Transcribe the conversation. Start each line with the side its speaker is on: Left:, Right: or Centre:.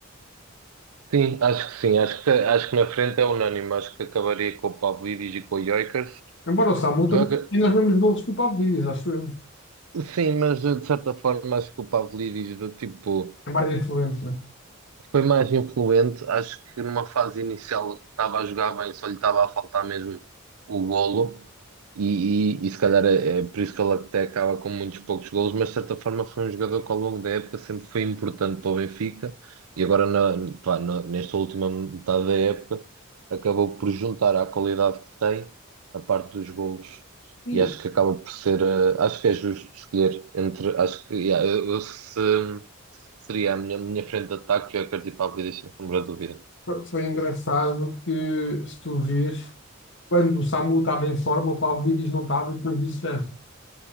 Right: Sim, acho que sim. Acho que, acho que na frente é unânime. Acho que acabaria com o Pavlidis e com o Gyökeres.
Left: Embora o Samu também
Right: Joga-
Left: tenha os mesmos golos que o Pavlidis, acho eu.
Right: Sim, mas de certa forma acho que o Pavlidis do tipo.
Left: É mais influente, né?
Right: Foi mais influente, acho que numa fase inicial estava a jogar bem, só lhe estava a faltar mesmo o golo, e, e, e se calhar é, é por isso que ele até acaba com muitos poucos golos, mas de certa forma foi um jogador que ao longo da época sempre foi importante para o Benfica, e agora na, pá, na- nesta última metade da época acabou por juntar à qualidade que tem a parte dos golos,
Left: E
Right: e acho que acaba por ser, eh, acho que é justo escolher entre, acho que, yeah, eu eu se Seria a minha, minha frente de ataque, eu acredito para a vida, sem sombra de dúvida.
Left: fo- foi engraçado que, se tu vês, quando o Samu estava em forma, o Pavlidis não estava e depois vice-versa.